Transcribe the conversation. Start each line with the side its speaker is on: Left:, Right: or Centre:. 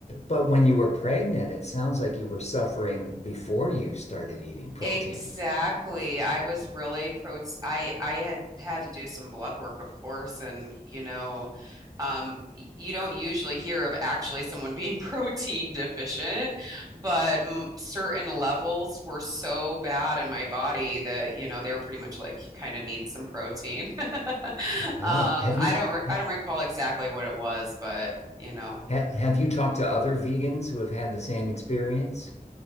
Left: But when you were pregnant, it sounds like you were suffering before you started eating protein.
Right: exactly. I was really pro I I had had to do some blood work, of course, and you know. Um, you don't usually hear of actually someone <laughs> being protein deficient, but m certain levels were so bad in my body that, you know, they were pretty much like, you kind of need some protein. <laughs>
Left: Wow.
Right: Um,
Left: Have
Right: I
Left: you
Right: don't re- I
Left: ha
Right: don't recall exactly what it was, but, you know,
Left: ha- have you talked to other vegans who have had the same experience?